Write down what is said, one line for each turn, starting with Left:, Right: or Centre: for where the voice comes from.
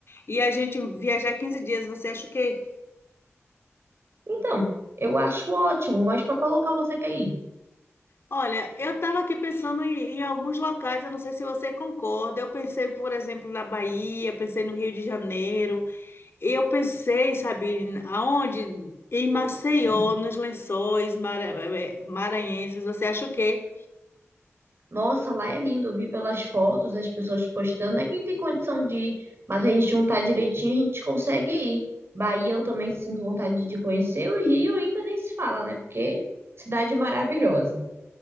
Left: e a gente viajar 15 dias, você acha o quê?
Right: Então, eu acho ótimo, mas pra colocar você quer ir?
Left: Olha, eu estava aqui pensando em, em alguns locais, eu não sei se você concorda. Eu pensei, por exemplo, na Bahia, pensei no Rio de Janeiro, eu pensei, sabe, aonde? Em Maceió,
Right: Sim.
Left: nos Lençóis Mara- eh, Maranhenses. Você acha o quê?
Right: Nossa, lá é lindo. Eu vi pelas fotos, as pessoas postando. É quem tem condição de ir, mas a gente juntar direitinho, a gente consegue ir. Bahia, eu também sinto vontade de conhecer. O Rio ainda nem se fala, né? Porque cidade maravilhosa.